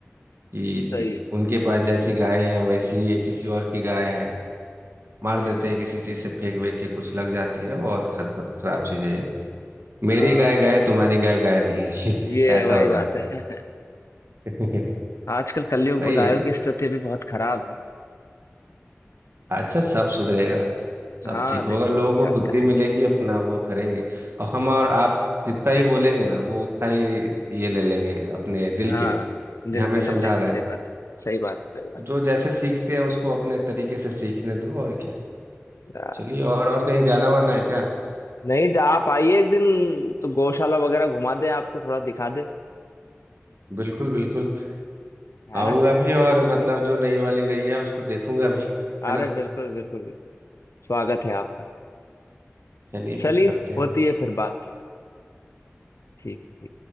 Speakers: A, on the right; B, on the left.
A: कि
B: सही है
A: उनके पास जैसी गाय है वैसी ही ये किसी और की गाय है मार
B: सही
A: देते
B: है सही
A: हैं किसी चीज से फेंक वेंक के कुछ लग जाती है बहुत खतर खराब चीज है ये मेरी
B: है। हाँ
A: गाय गाय तुम्हारी गाय गाय नहीं <laughs>
B: ये
A: ऐसा
B: वही
A: हो जाता
B: बात है
A: है <laughs>
B: <laughs> आजकल कलयुग
A: वही
B: में गायों
A: है
B: की स्थिति भी बहुत खराब है
A: अच्छा सब सुधरेगा सब
B: हाँ
A: ठीक होगा
B: देखो
A: लोगों
B: अब क्या
A: को
B: होता
A: बुद्धि
B: है
A: मिलेगी अपना वो करेंगे और हम और आप जितना ही बोलेंगे ना वो उतना ही ये ले लेंगे अपने दिल
B: हाँ
A: पे कि
B: दिल
A: हमें
B: पे ले
A: समझा
B: लेंगे
A: रहे
B: सही
A: हैं
B: बात सही बात है सही बात
A: जो जैसे सीखते हैं उसको अपने तरीके से सीखने दो और क्या
B: है। आ,
A: चलिए और और कहीं जाना वाना है क्या
B: नहीं तो आप आइए एक दिन तो गौशाला वगैरह घुमा दें आपको थोड़ा दिखा दे
A: बिल्कुल बिल्कुल
B: है
A: आऊंगा
B: ना
A: भी और मतलब जो नई वाली गई है उसको देखूंगा भी है
B: अरे
A: ना
B: बिल्कुल बिल्कुल बिल्कुल स्वागत है आपका
A: चलिए
B: चलिए
A: फिर करते हैं
B: होती
A: बात
B: है फिर बात ठीक